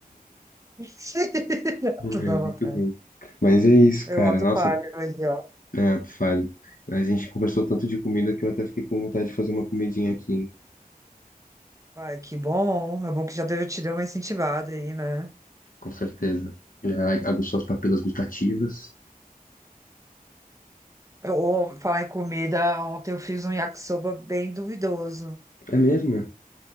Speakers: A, on the right; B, on the left.
A: <laughs>
B: É,
A: tudo à vontade.
B: muito bem. Mas é isso,
A: Eu
B: cara.
A: auto
B: Nossa,
A: falho aí, ó.
B: é, tu falho. A gente conversou tanto de comida que eu até fiquei com vontade de fazer uma comidinha aqui, hein?
A: Ai, que bom. É bom que já deu, te deu uma incentivada aí, né?
B: Com certeza. Já aguçou as papilas gustativas.
A: Ou falar em comida, ontem eu fiz um yakisoba bem duvidoso.
B: É mesmo? é?